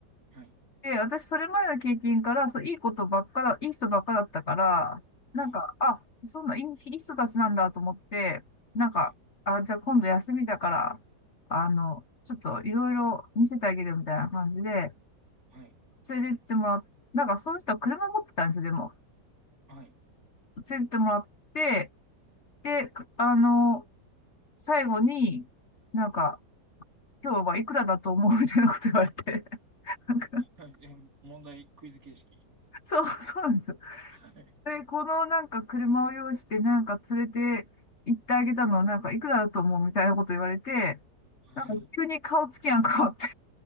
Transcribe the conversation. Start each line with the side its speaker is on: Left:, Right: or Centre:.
Right: はい。
Left: で、私、それ前の経験から、そう、いいことばっかだ、いい人ばっかだったから、なんか、
Right: はい。
Left: あ、そんな、いい、いい人たちなんだと思って、なんか、
Right: はい。
Left: あ、じゃあ今度休みだから、あの、ちょっといろいろ見せてあげるよみたいな感じで、
Right: はい。
Left: 連れてってもらっ、なんか、その人は車持ってたんですよ、でも。
Right: はい。
Left: 連れてってもらって、で、くあの、最後に、なんか、今日はいくらだと思うみたいなこと言われて、<laughs> なんか、
Right: はいえ、問題、クイズ形式。
Left: そう、そうなんですよ。
Right: はい。
Left: で、このなんか車を用意してなんか連れて行ってあげたのはなんかいくらだと思うみたいなこと言われて、
Right: はい。
Left: なんか急に顔つきが変わって、